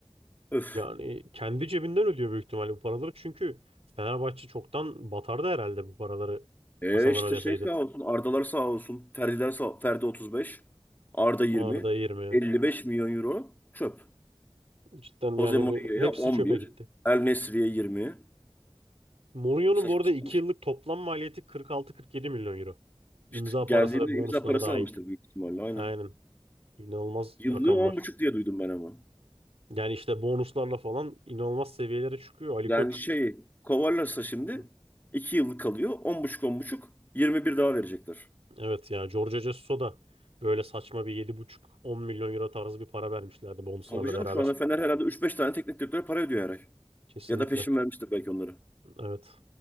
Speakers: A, on the left; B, on the right.
A: Öf.
B: Yani kendi cebinden ödüyor büyük ihtimalle bu paraları. Çünkü Fenerbahçe çoktan batardı herhalde bu paraları
A: E
B: kasadan
A: işte
B: ödeseydi.
A: şey sağ olsun. Ardalar sağ olsun. Ferdiler sağ Ferdi 35. Arda 20.
B: Arda 20.
A: 55 milyon euro çöp.
B: Cidden yani
A: Jose Mourinho'ya
B: bir- hepsi
A: 11.
B: çöpe gitti.
A: El Nesri'ye 20.
B: Mourinho'nun
A: Saçma
B: bu arada
A: sapan
B: 2 yıllık toplam maliyeti 46-47 milyon euro. İmza
A: İşte geldiğinde
B: parası ve
A: imza
B: bonusları
A: parası
B: dahil.
A: almıştır büyük ihtimalle aynen.
B: Aynen. İnanılmaz
A: Yıllığı
B: rakamlar.
A: on buçuk diye duydum ben ama.
B: Yani işte bonuslarla falan inanılmaz seviyelere çıkıyor. Ali
A: Yani
B: Koç.
A: şey kovarlarsa şimdi
B: Hı hı.
A: 2 yıllık kalıyor. on on buçuk on buçuk 21 daha verecekler.
B: Evet ya Jorge Jesus'a da böyle saçma bir yedi buçuk on milyon euro tarzı bir para vermişlerdi bonuslarla
A: Tabii canım
B: beraber.
A: şu anda Fener herhalde üç beş tane teknik direktöre para ödüyor her ay.
B: Kesinlikle.
A: Ya da peşin vermiştir belki onları.
B: Evet.